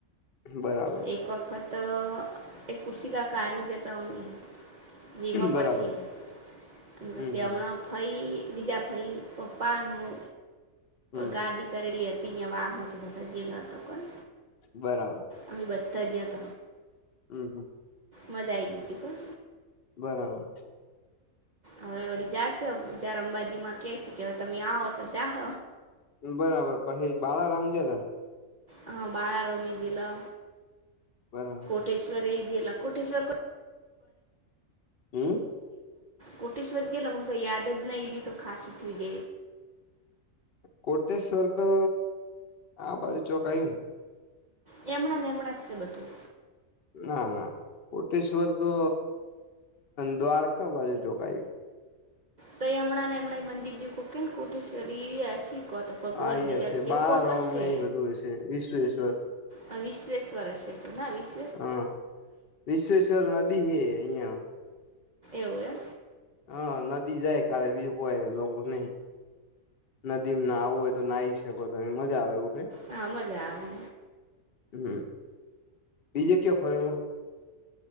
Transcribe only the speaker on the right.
એક વખત અ એક કુર્સી કાકા હારે જ્યત અમી. વીવા
પછી, અને
પછી
હમણાં ફઈ વીઝા ફઈ પપ્પા ન મુ
ગાડી કરલી હત તી નેવાહમાં અથી બતા જે લર તો પણ
અમી બધ્ધ જ્ય ત.
મજા આઈજીતી કોન.
હવે વડી જાશ જાર અંબાજી માં કેશી કે હવે તમી આવો તો જાહ.
હ બાલારામ એ જિલ્લો.
કોટેશ્વર એ જલા કોટેશ્વર કો.
કોટેેશશ્વરજી અલ મુ યાદ જ ન ય તો ખાસસી હતી હોજ.
એમણાં ને એમણાં જ છે બધું.
તો એ હમણાં હમણાં મંદિર જયું કેને કોટેશ્વરી ઈ શીખ તો. ભગવાન
બીજા
કેવું
કોક
હશે
હ વિશ્વેશ્વર હશે તોું ના વિશ
એવુ એમ.
હા મજા આવે.